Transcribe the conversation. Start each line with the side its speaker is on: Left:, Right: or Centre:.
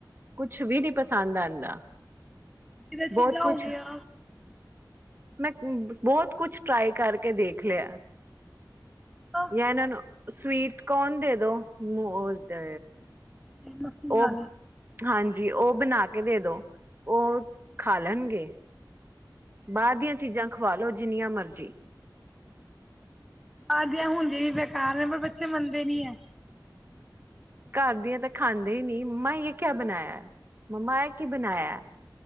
Right: ਕੁਛ ਵੀ ਨੀ ਪਸੰਦ ਆਉਂਦਾ
Centre: ਜਿਦਾ ਚੀਲਾ
Right: ਬਹੁਤ ਕੁਛ
Centre: ਹੋ ਗਿਆ
Right: ਮੈਂ ਬਹੁਤ ਕੁਛ ਟਰਾਈ ਕਰਕੇ ਕੇ ਦੇਖ ਲਿਆ
Centre: ਹਾਂਜੀ
Right: ਯਨਾਂ ਨੂੰ ਸਵੀਟ ਕੋਨ ਦੇ ਦੋ ਤੇ
Centre: ਮੱਕੀ ਵਾਲੇ
Right: ਉਹ ਹਾਂਜੀ ਉਹ ਬਣਾ ਦੇ ਦੋ ਉਹ ਖਾ ਲੈਣਗੇ ਬਾਹਰ ਦੀਆਂ ਚੀਜ਼ਾਂ ਖਵਾ ਲੋ ਜਿੰਨੀਆਂ ਮਰਜ਼ੀ
Centre: ਬਾ ਜ ਹੁਣਦੀ ਵੀ ਬੇਕਾਰ ਨੇ ਪਰ ਬੱਚੇ ਮੰਨਦੇ ਨੀ ਹੈ
Right: ਘਰ ਦੀਆਂ ਤਾਂ ਖਾਂਦੇ ਹੀ ਨਹੀਂੀ ਮੰਮਾ ਇਹ ਕਿਆ ਬਣਾਇਆ ਮੰਮਾ ਇਹ ਕੀ ਬਣਾਇਆ